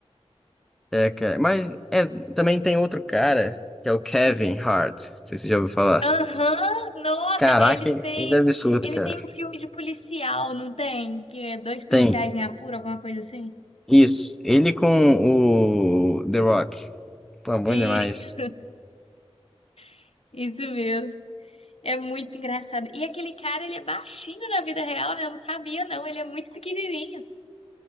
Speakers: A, in the centre; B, on the left (about 65°).
A: É, cara. Mas é, também tem outro cara, que é o Kevin Hart. Não sei se você já ouviu falar.
B: Aham, nossa,
A: Caraca,
B: ele
A: ele
B: fez.
A: é absurdo,
B: Ele
A: cara.
B: tem um filme de policial, não tem? Que é dois policiais
A: Tem.
B: em apuro, alguma coisa assim?
A: Isso. Ele com o The Rock. Pô, bom
B: Isso,
A: demais.
B: <laughs> isso mesmo. É muito engraçado. E aquele cara, ele é baixinho na vida real, né? Eu não sabia, não. Ele é muito pequenininho.